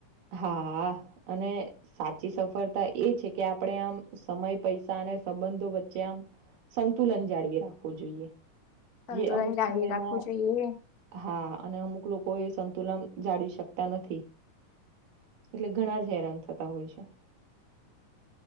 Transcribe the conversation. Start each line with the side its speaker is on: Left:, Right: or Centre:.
Right: હા અને સાચી સફળતા એ છે કે આપણેે આમ સમય પૈસા સંબંધો વચ્ચે આમ સંતુલન જાળવી રાખવું જોઈએ
Left: સંતુલન
Right: જે અમુક
Left: જાળવી
Right: સમયમાં
Left: રાખવું જોઈએ
Right: હા અને અમુક લોકો કોઈ સંતુલન જાળવી શકતા નથી એટલે ઘણા જ હેરાન થતા હોય છે